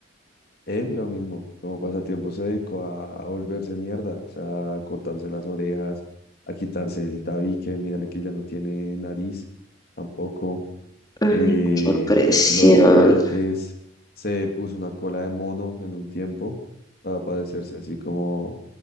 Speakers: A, on the left (about 50°); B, on the left (about 20°).
A: él lo mismo, como pasatiempo se dedicó a, a volverse mierda, o sea, a cortarse las orejas, a quitarse el tabique, mírale que ya no tiene nariz tampoco,
B: Ay,
A: eh,
B: qué impresión.
A: los dientes, se puso una cola de mono en un tiempo para padecerse así como